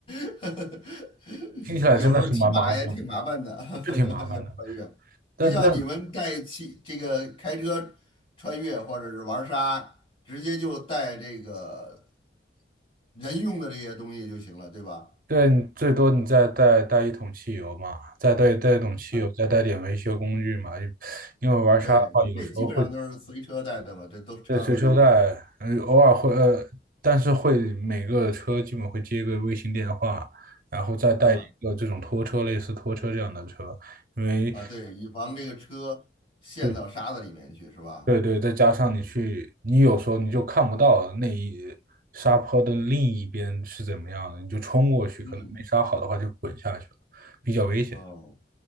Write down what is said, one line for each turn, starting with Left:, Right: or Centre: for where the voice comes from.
Left: <laughs>
Right: 听起来真的是蛮麻烦的，
Left: 有时候骑马也挺麻烦的，
Right: 是挺麻烦的。
Left: <laughs> 要穿越。
Right: 但但
Left: 不像你们带汽这个开车穿越或者是玩沙，直接就带这个人用的这些东西就行了，对吧？
Right: 对，你最多你再带带一桶汽油嘛，再带带一桶汽油，
Left: 嗯，
Right: 再带点维修工具嘛。因因为玩沙的话，
Left: 对，
Right: 有时候会
Left: 这基本上都是随车带的嘛，这都车上都有嘛。
Right: 对，随车带，呃，偶尔会，呃，但是会每个车基本会接一个卫星电话，然后再带一个这种拖车，
Left: 嗯，
Right: 类似拖车这样的车，因为，
Left: 啊，对，以防这个车陷到沙子里面去，
Right: 对
Left: 是吧？
Right: 对对，再加上你去，你有时候你就看不到那一沙坡的另一边是怎么样的，你就冲过去，
Left: 嗯，
Right: 可能没刹好的话就滚下去了，比较危险。
Left: 哦，